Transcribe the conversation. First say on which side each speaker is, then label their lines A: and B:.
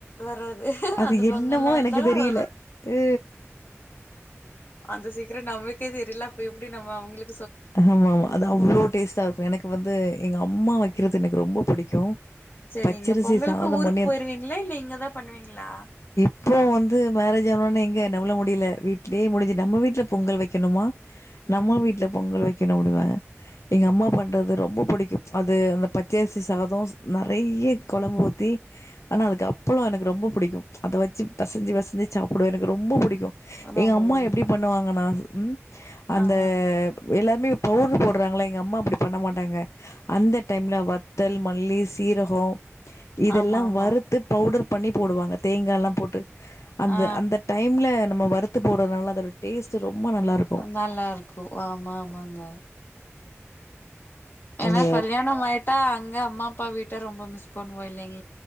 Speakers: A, on the left; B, on the left.
A: வராது
B: அது
A: அந்த பொங்கல்
B: என்னமோ
A: நாள்
B: எனக்கு
A: தா
B: தெரியல
A: வரு
B: அ
A: அந்த சீக்ரெட் நம்ளுக்கே தெரி ல அப்ற எப்டி நம்ம அவங்ளுக்கு
B: ஆமா ஆமா அது அவ்ளோ டேஸ்ட்டா இருக்கு எனக்கு வந்து எங்க அம்மா வக்றது எனக்கு ரொம்ப புடிக்கு
A: சரிங்க
B: பச்சரிசி
A: பொங்கலுக்கு
B: சாதம்
A: ஊருக்கு
B: பண்ணி
A: போயிருவீங்களா இல்ல இங்கதா பண்ணுவீங்ளா
B: இப்போ வந்து மேரேஜ் ஆனஉடனே எங்க நவுர முடியல வீ்ட்லயே முடிஞ்சு நம்ம வீட்ல பொங்கல் வக்கணுமா
A: ம்
B: நம்ம வீட்ல வெக்கனு அப்டிம்ப எங்க அம்மா பண்றது ரொம்ப புடிக்கு அது அந்த பச்சருசி சாதொ நறைய கொழம்பு ஊத்தி ஆனா அதுக்கு அப்பள எனக்கு ரொம்ப புடிக்கு அத வச்சு பெசஞ்சி பெசஞ்சி சாப்பிடுவ எனக்கு ரொம்ப புடிக்கு எங்க
A: ரொம்ப
B: அம்மா
A: புடிக்
B: எப்டி பண்ணுவாங்கன்னா சொ உம் அந்த
A: ஆமாங்
B: எல்லாமே பவுடுரு போடுறாங்களா எங்க அம்மா அப்டி பண்ண மாட்டாங்க அந்த டைம்ல வத்தல் மல்லி சீரகோ இதெல்லா
A: ஆமா ஆமா
B: வறுத்து பவுடர் பண்ணி போடுவாங்க தேங்காலா போட்டு அந்த
A: ஆ
B: அந்த டைம்ல நம்ம வறுத்து போடறதுனால அதோட டேஸ்ட் ரொம்ப நல்லாருக்கும்.
A: நல்லா இருக்கு ஆமா மாங்காய் ஏன்னா
B: அந்த
A: கல்யாணம் ஆயிட்டா அங்க அம்மா அப்பா வீட்ட ரொம்ப மிஸ் பண்ணுவோ இல்லைங்